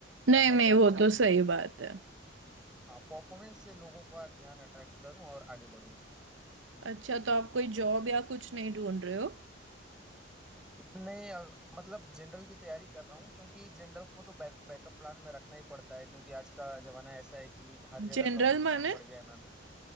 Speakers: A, on the right; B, in the centre.
A: नहीं
B: अ, मैं
A: नहीं
B: चाहता
A: वो
B: हूँ
A: तो
B: कि
A: सही बात है
B: परफॉर्मेंस से लोगों का ध्यान अट्रैक्ट करूं और आगे बढ़ूं उसमें
A: अच्छा तो आप कोई जॉब या कुछ नहीं ढूंढ रहे हो
B: नहीं अब मतलब जनरल की तैयारी कर रहा हूँ क्योंकि जनरल को तो बै, बैकअप प्लान में रखना ही पड़ता है क्योंकि आज का जमाना ऐसा है कि हर जगह
A: जनरल
B: कंपटीशन
A: माने
B: बढ़ गया है मैम